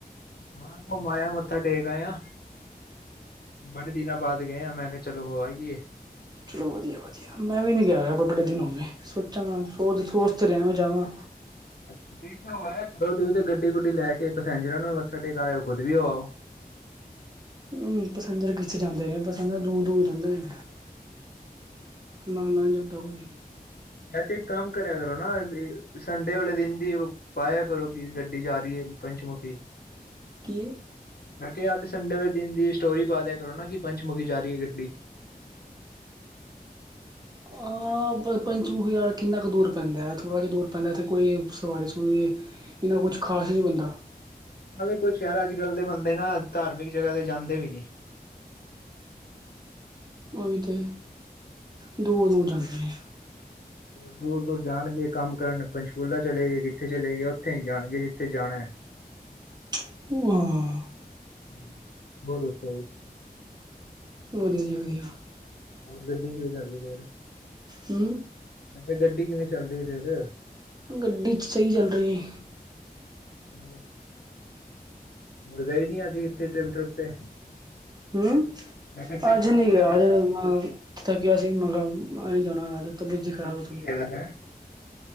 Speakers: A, on the left; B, on the right.
A: ਹਾਂ ਘੁੰਮ ਆਏਆਂ ਮੱਥਾ ਟੇਕ ਆਏਆਂ। ਬੜੇ ਦਿਨਾਂ ਬਾਦ ਗਏ ਆਂ, ਮੈਂ ਕੇਆ ਚਲੋ ਹੋ ਆਈਏ।
B: ਚਲੋ ਵਧੀਆ ਵਧ ਮੈਂ ਵੀ ਨੀ ਗਿਆ ਬ ਬਡੇ ਦਿਨ ਹੋ ਗਏ ਸੋਚਾਂ ਸ ਸੋਚ ਰੇਆਂ ਵਾਂ ਜਾਵਾਂ।
A: ਅੱਛ ਤੁਸੀਂ ਤੇ ਹੋ ਆਏ, ਤੁਸੀਂ ਤੇ ਗੱਡੀ ਗੁੱਡੀ ਲੈ ਕੇ ਪੈਸੇਜਰਾਂ ਨੂੰ ਮੱਥਾ ਟੇਕਾ ਆਓ ਖੁਦ ਵੀ ਹੋ ਆਓ।
B: ਹੂਂ ਪਸੈਂਜਰ ਕਿੱਖੇ ਜਾਂਦੇ ਨੇ, ਪਸੈਂਜਰ ਦੂਰ-ਦੂਰ ਜਾਂਦੇ ਨੇ। ਨਾ ਨਾ ਜਾਂਦਾ ਕੋਈ।
A: ਐਤੇ ਇੱਕ ਕੰਮ ਕਰਿਆ ਕਰੋ ਨਾ ਤੁਸੀਂ, ਸੰਡੇ ਵਾਲੇ ਦਿਨ ਦੀ ਓ ਪਾਇਆ ਕਰੋ ਕਿ ਗੱਡੀ ਜਾ ਰੀ ਏ ਪੰਚਮੁਖੀ।
B: ਕੀ?
A: ਮੈਂ ਕੇਆ ਯਾਰ ਤੇ ਸੰਡੇ ਵਾਲੇ ਦਿਨ ਦੀ ਸਟੋਰੀ ਪਾ ਦੇਆ ਕਰੋ ਨਾ, ਕਿ ਪੰਚਮੁਖੀ ਜਾ ਰੀ ਹੈ ਗੱਡੀ।
B: ਹਾਂ ਬਸ ਪੰਚਮੁਖੀ ਯਾਰ ਕਿੰਨਾ ਕੁ ਦੂਰ ਪੈਂਦੈਂ, ਥੋੜ੍ਹਾ ਜੇਹਾ ਦੂਰ ਪੈਂਦੈਂ ਇੱਥੇ ਕੋਈ। ਦੇ ਵਾਰੇ ਸੁਣਦੇ, ਇੰਨਾ ਕੁਛ ਖਾਸ ਨੀ ਬਣਦਾ।
A: ਨਾਲੇ ਕੁਛ ਯਾਰ ਅੱਜ-ਕੱਲ ਦੇ ਬੰਦੇ ਨਾ ਧਾਰਮਿਕ ਜਗਾ ਤੇ ਜਾਂਦੇ ਵੀ ਨੀ।
B: ਓ ਵੀ ਤੇ, ਦੂਰ-ਦੂਰ ਜਾਂਦੇ ਨੇ।
A: ਦੂਰ-ਦੂਰ ਜਾਣਗੇ ਕੰਮ ਕਰਨ, ਪੰਚਕੂਲਾ ਚਲੇ ਗਏ, ਕਿੱਥੇ ਚਲੇ ਗਏ, ਓੱਥੇ ਨੀ ਜਾਣਗੇ ਜਿੱਥੇ ਜਾਣੈ।
B: ਪੂਆ।
A: ਹੂੰ ਹੋਰ ਦਸੋਂ ਜੀ।
B: ਵਧੀਆ ਜੀ ਵਧੀਆ।
A: ਹੋਰ ਗੱਡੀ ਕਿਵੇਂ ਚੱਲਦੀ ਫੇਰ?
B: ਹੂੰ
A: ਮੈਂ ਕਿਹਾ ਗੱਡੀ ਕਿਵੇਂ ਚੱਲਦੀ ਫੇਰ?
B: ਗੱਡੀ ਚ ਸਈ ਚੱਲ ਸਈ ਐ।
A: ਹੇਲੋ ਹੋਰ ਗਏ ਨੀ, ਅੱਜ ਕਿੱਥੇ ਟ੍ਰਿਪ-ਟ੍ਰਿੱਪ ਤੇ?
B: ਹੂੰ,
A: ਮੈਂ ਕਿਹਾ ਟ੍ਰਿਪ
B: ਅੱਜ
A: ਟ੍ਰਿਪ
B: ਨੀ
A: ਤੇ
B: ਗੇ ਅੱਜ
A: ਗਏ
B: ਥੱਕਿਆ ਸੀ ਮੈ ਕਿਆ ਨੀ ਜਾਣਾ ਅੱਜ। ਤਬੀਅਤ ਜੀ ਖਰਾਬ
A: ਛੁੱਟੀ
B: ਐ ਥੋੜੀ।
A: ਹੈ ਅੱਜ ਹੈਂ।